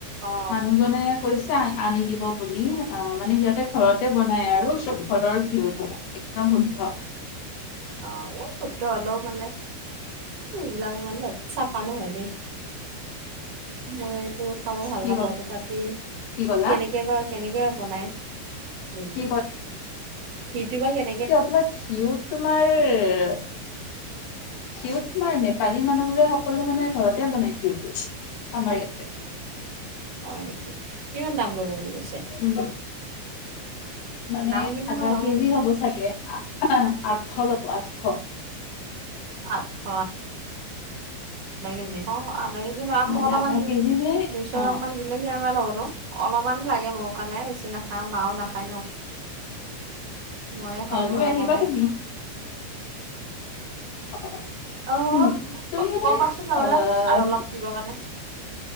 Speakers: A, on the right; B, on the left.
A: অ
B: মানুহজনে! কৈছে আনি দিব বুলি অ মানে সিহঁতে ঘৰতে বনাই আৰু, সব ঘৰৰ ঘিউ থাকে। একদম শুদ্ধ।
A: অ এই শুদ্ধ হলো! <inaudible> মানে সেইবিলাক ইমান চাফা নহয় দেই। মই এইটো খাব ভাল
B: কি
A: নাপাও
B: কল
A: তথাপি
B: কি ক'লা
A: কেনেকে বা! কেনেকে বা বনাই সেইটো
B: কি
A: সিটো বা কে!
B: কি আপোনাৰ ঘিউত তোমাৰ! ঘিউ তোমাৰ নেপালী মানুহবোৰে সকলোৱে মানে ঘৰতে বনায় ঘিউটো। আমাৰ ইয়াতে।
A: হয় নেকি? কিমান দাম ল'ব বুলি কৈছে?
B: উম মানে
A: দাম কিমান
B: আধা
A: মান
B: কেজি
A: বুলি কৈছে?
B: হ'ব চাগে আঠশ ল'ব আঠশ।
A: আঠ শ আধা কেজি অ আধা কেজি নাম
B: মানে
A: মই অলপমান
B: আধা কেজিলে
A: দুইশ
B: অ
A: গ্ৰাম মান দি! <unintelligible> অলপমান লাগে মোৰ কাৰণে বেছি নাখাও মাও নাখায় ন। ময়ে খালো
B: অ লৈ
A: হয়
B: আহিবা
A: অকলে।
B: তুমি অ
A: অ
B: উম তুমি মানে
A: কবাচোন
B: আহ
A: নহ'লে আৰু
B: ঘি-
A: অলপ দিব কাৰণে।